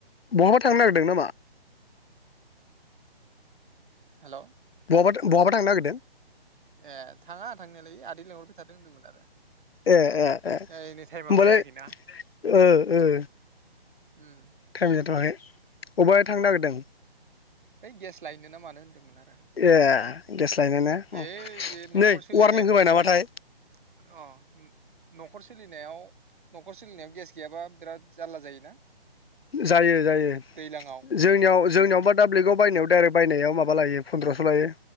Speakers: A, on the left; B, on the right.
A: बहाबा थांनो नागिरदों नामा
B: हेल'
A: मा बहाबा थांनो नागिरदों
B: ए थाङा थांनायालाय आदै लेंहरबाय थादों होनदोंमोन आरो
A: ए ए ए होनोमबालाय
B: ओइ नै टाइमाबो जायाखैना
A: ओ ओ
B: उम
A: टाइम जाथ'वाखै अबेबहाय थांनो नागिरदों
B: है गेस लायोनोना मानो होनदोंमोन आरो
A: ए गेस लायनो ने
B: बे बे न'खर
A: नै
B: सोलिनाय
A: वारनिं होबाय
B: अ
A: नामाथाय
B: न'खर सोलिनायाव न'खर सोलिनायाव गेस गैयाबा बिराद जारला जायोना
A: जायो जायो
B: दैज्लाङाव
A: जोंनियाव जोंनियाव हा दा ब्लिकआव बायनाय डाइरेक्ट बायनायाव माबा लायो पन्द्रस' लायो